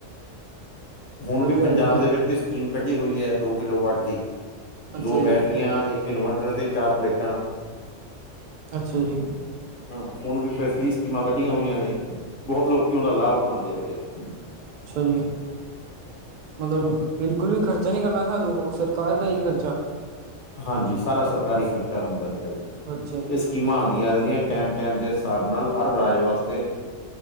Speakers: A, on the left; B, on the right.
A: ਹੁਣ
B: ਵਧੀਆ
A: ਵੀ ਪੰਜਾਬ
B: ਹੈ ਜੀ
A: ਦੇ ਵਿੱਚ ਵੀ ਸਕੀਮ ਕੱਢੀ ਹੋਈ ਹੈ ਦੋ ਕਿੱਲੋ ਵਾਟ ਦੀ।
B: ਅੱਛਾ
A: ਦੋ ਬੈਟਰੀਆਂ,
B: ਜੀ
A: ਇੱਕ ਇਨਵਰਟਰ ਤੇ ਚਾਰ ਪਲੇਟਾਂ,
B: ਅੱਛਾ ਜੀ।
A: ਹਾਂ ਹੁਣ ਵੀ ਫੇਰ ਫਰੀ ਸਕੀਮਾਂ ਕੱਢੀਆਂ ਹੋਈਆ ਨੇ, ਬਹੁਤ ਲੋਕੀ ਉਹਦਾ ਲਾਭ, ਠਾਂਂਦੇ ਹੈਗੇ ਨੇ।
B: ਅੱਛਾ ਜੀ। ਮਤਲਬ ਬਿਲਕੁਲ ਵੀ ਖਰਚਾ ਨੀ ਕਰਨਾ ਸਾਨੂੰ ਉਹ ਸਰਕਾਰ ਦਾ ਹੀ ਖਰਚਾ।
A: ਹਾਂਜੀ ਸਾਰਾ ਸਰਕਾਰੀ ਖ਼ਰਚਾ ਹੁੰਦਾ ਹੈਗਾ ਜੀ।
B: ਅੱਛਾ ਜੀ।
A: ਇਹ ਸਕੀਮਾਂ ਆਉਂਦੀਆ ਰਹਿੰਦੀਆ ਟਾਈਮ-ਟਾਈਮ ਦੇ ਹਿਸਾਬ ਨਾਲ ਹਰ ਰਾਜ ਵਾਸਤੇ